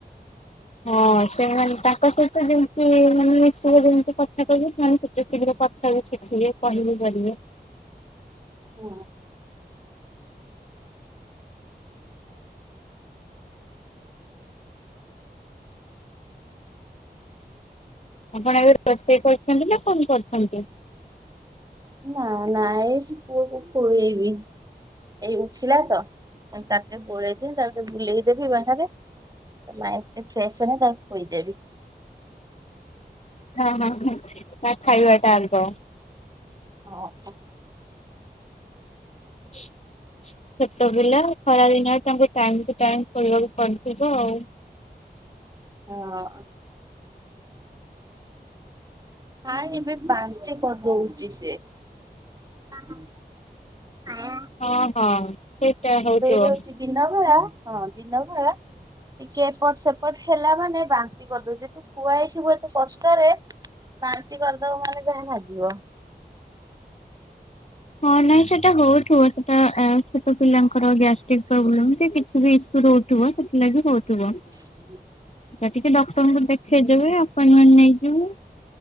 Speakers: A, on the left (about 40°); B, on the right (about 20°).
A: ହଁ ସେମାନେ ତାଙ୍କ ସହିତ ଯେମି ତି ମାନେ ସିଏ ଯେମିତି କଥା କହିବେ, ସେମାନେ ସେତେ ଶୀଘ୍ର କଥା ବି ଶିଖିବେ କହି ବି ପାରିବେ।
B: ହଁ।
A: ଆପଣ ଏବେ ରୋଷେଇ କରିଛନ୍ତି ନା କଣ କରୁଛନ୍ତି?
B: ନା -ନା ଏଇଠି ପୁଅକୁ ଖୁଏଇବି। ଏଇ ଉଠିଲା ତ, ମୁଁ ତାର ଟିକେ ଗୋଳେଇଦିଏ ବୁଲେଇଦେବି ବାହାରେ। ତା ମାଇଣ୍ଡ ଟିକେ ଫ୍ରେଶ୍ ହେଲେ ତାକୁ ଖୋଇଦେବି।
A: ହଁ- ହଁ- ହଁ ଖାଇବା ଟା ଆଗ।
B: ହଁ- ହଁ।
A: <inaudible> ଛୋଟପିଲା ଖରାଦିନରେ ତାଙ୍କୁ ଟାଇମ୍ ଟୁ ଟାଇମ୍ ଖୋଇବାକୁ ପଡିଥିବ ଆଉ।
B: ହଁ। ନାଇଁ ଏବେ ବାନ୍ତି କରିଦଉଛି ସିଏ। <unintelligible> ହଁ।
A: ହଁ- ହଁ ସେଟା ହଉଥିବ।
B: ଦଉଛି ଦିନ ବେଳା ହଁ ଦିନ ବେଳା ଟିକେ ଏପଟ ସେ ପଟ ହେଲା ମାନେ ବାନ୍ତି କରିଦଉଚି, ତୁ ଖୁଆଇଥିବୁ ଏତେ କଷ୍ଟରେ। ବାନ୍ତି ବାନ୍ତି କରିଦବ ମାନେ ଯାହା ନାଗିବ।
A: ହଁ ନାଇଁ ସେଟା ହଉଥିବ। ସେ ଟା ଛୋଟ ପିଲାଙ୍କର ଗ୍ୟାଷ୍ଟ୍ରିକ ପ୍ରୋବ୍ଲେମ, କି କିଛି ବି ଇସ୍ୟୁ ରହୁଥିବ ସେଥିଲାଗି ହଉଥିବ।
B: ହୁଁ
A: ଆ ଟିକେ ଡକ୍ଟରଙ୍କୁ ଦେଖେଇଦବେ, ଆପ୍ଏଣ୍ଟମେଣ୍ଟ ନେଇଚି ମୁଁ